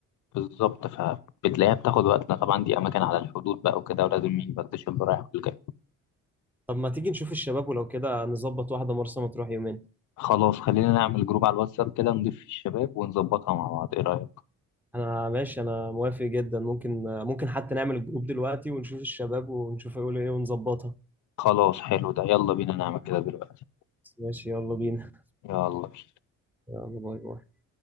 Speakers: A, on the left; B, in the centre.
A: بالظبط فبتلاقيها بتاخد وقتنا طبعا دي اماكن على الحدود بقى وكده ولازم مين يفتش اللي رايح والجاي
B: طب ما تيجي نشوف الشباب ولو كده نظبط واحدة مرسى مطروح يومين
A: خلاص خلينا نعمل جروب على الواتساب كده نضيف فيه الشباب ونظبطها مع بعض ايه رأيك
B: انا ماشي انا موافق جدا ممكن ممكن حتى نعمل الجروب دلوقتي ونشوف الشباب ونشوف هيقولوا ايه ونظبطها
A: خلاص حلو ده يلا بينا نعمل كده دلوقتي
B: ماشي يلا بينا
A: يلا بينا
B: يلا باي باي